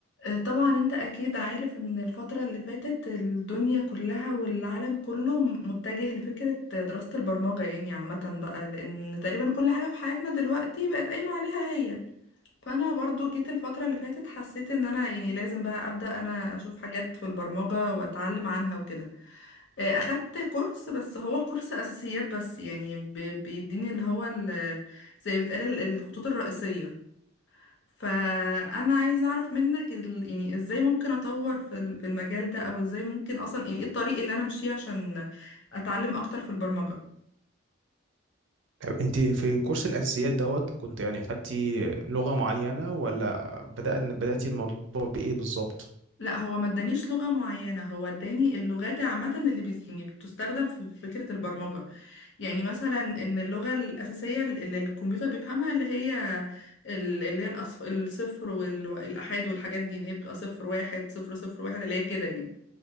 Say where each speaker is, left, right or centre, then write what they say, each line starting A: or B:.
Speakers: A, on the left; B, on the right.
A: آه، طبعا انت اكيد عارف ان الفترة اللي فاتت الدنيا كلها والعالم كله متجه لفكرة دراسة البرمجة يعني عامة بقى لان تقريبا كل حاجة في حياتنا دلوقتي بقت قايمة عليها هي فانا برضو جيت الفترة اللي فاتت حسيت ان انا يعني لازم بقى ابدأ انا اشوف حاجات في البرمجة واتعلم عنها وكده اه، اخدت كورس بس هو كورس اساسيات بس يعني بي- بيديني اللي هو ال- زي بتقال ال- الخطوط الرئيسية فانا عايزه اعرف منك ال... يعني ازاي ممكن اطور في ال- في المجال ده او ازاي ممكن اصلا يعني ايه الطريق اللي انا امشيه عشان اتعلم اكتر في البرمجه
B: طب انت في كورس الاساسيات دوت كنت يعني خدتي لغه معينه ولا بدأت بدأتي الموضوع بايه بالظبط
A: لا هو ما ادانيش لغه معينه هو اداني اللغات عامه اللي بيس... يعني بتستخدم في فكره البرمجه يعني مثلا ان اللغه الاساسيه اللي الكمبيوتر بيفهمها اللي هي ال- اللي هي الأصف... الصفر والآحاد والحاجات دي ان هي بتبقى صفر واحد صفر صفر واحد اللي هي كده يعني